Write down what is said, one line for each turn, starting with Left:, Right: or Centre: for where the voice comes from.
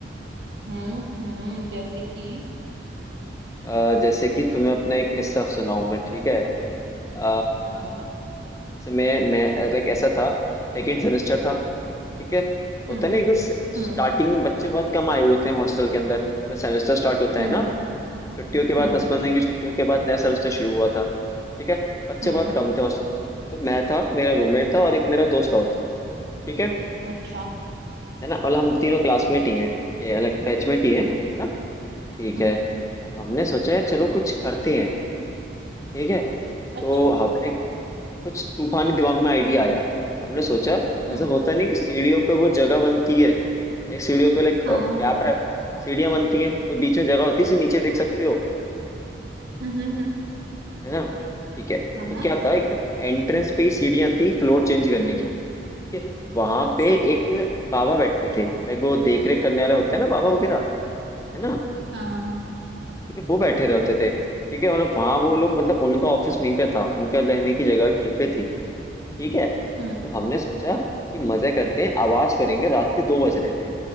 Right: हम्म हम्म जैसे कि
Left: अ, जैसे कि तुम्हें अपना एक किस्सा सुनाऊं मैं ठीक है आ,
Right: सुना सुना
Left: मैं मैं लाइक ऐसा था सेकेंड सेमेस्टर था ठीक है होता
Right: हम्म
Left: है ना एकदम स्टार्टिंग
Right: हम्म
Left: में बच्चे बहुत कम आए होते हैं हॉस्टल के अंदर जब सेमेस्टर स्टार्ट होता है
Right: हम्म
Left: ना
Right: हम्म
Left: छुट्टियों के बाद
Right: हम्म
Left: दस पंद्रह दिन की छुट्टियों के बाद नया सेमेस्टर शुरू हुआ था ठीक है बच्चे
Right: हम्म,
Left: बहुत कम थे हॉस्टल में तो मैं था मेरा रूममेट था और एक मेरा दोस्त और था ठीक है
Right: अच्छा
Left: है ना और हम तीनों क्लासमेट ही हैं ये अलग बैचमेट ही हैं
Right: हम्म
Left: है
Right: हम्म
Left: ना ठीक
Right: हम्म,
Left: है तो हमने सोचा यार चलो कुछ करते हैं ठीक है तो
Right: अच्छा
Left: हमने कुछ तूफानी दिमाग में आइडिया आया हमने सोचा
Right: हम्म
Left: ऐसा होता नहीं कि सीढ़ियों पे वो जगह बनती है एक सीढ़ियों पे लाइक
Right: हाँ
Left: क्या
Right: हाँ हाँ,
Left: रहता है सीढ़ियाँ बनती हैं तो बीच में जगह होती है से नीचे देख सकते हो
Right: हम्म हम्म हम्म,
Left: है ना ठीक है
Right: हाँ
Left: तो
Right: हाँ
Left: क्या था एकदम एंट्रेंस पे ही सीढ़ियां थी फ्लोर चेंज करने की ठीक है वहां
Right: अच्छा
Left: पे
Right: हम्म,
Left: एक बाबा बैठते थे लाइक वो देख रेख करने वाले होते हैं ना बाबा वगैरह है ना
Right: हाँ हाँ हाँ
Left: ठीक है वो बैठे रहते थे ठीक है मतलब वहां वो लोग मतलब उनका ऑफिस वहीं पे था उनका रहने की जगह भी वहीं पे थी ठीक है तो
Right: हम्म
Left: हमने सोचा कि मजे करते हैं आवाज करेंगे रात के दो बज रहे थे